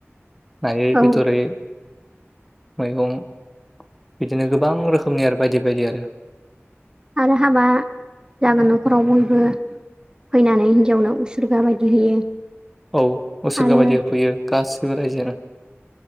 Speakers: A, in the centre; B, on the right.
A: नायै
B: औ
A: बेदरै। मैगं बिदिनो गोबां रोखोमनि आरो बायदि बायदि आरो।
B: आरो हाबा जागोन न'खराव बयबो फैनानै हिन्जावनो उसुरगा बायदि होयो।
A: औ उसोरगाबायि
B: आरो
A: होफैयो गासिबो रायजोआनो